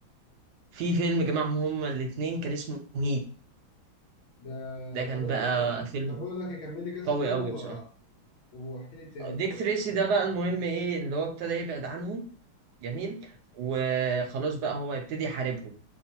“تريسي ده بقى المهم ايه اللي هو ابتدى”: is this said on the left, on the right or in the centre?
Right